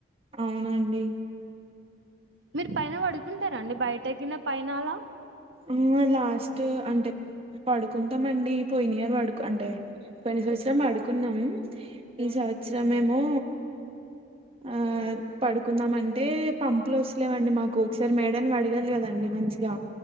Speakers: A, on the right (about 30°); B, on the right (about 70°).
A: అవునండి
B: మీరు పైన పడుకుంటారండి బయట గిన పైన అలా
A: ఆహ లాస్ట్ అంటే పడుకుంటామండి పోయినియర్ పడు అంటే పోయిన సంవత్సరం పడుకున్నాం ఈ సంవత్సరమేమో ఆ పడుకుందామంటే పంపులు వస్తలేవండి మాకు ఒకసారి మేడని కడగాలి కదం డి మంచిగా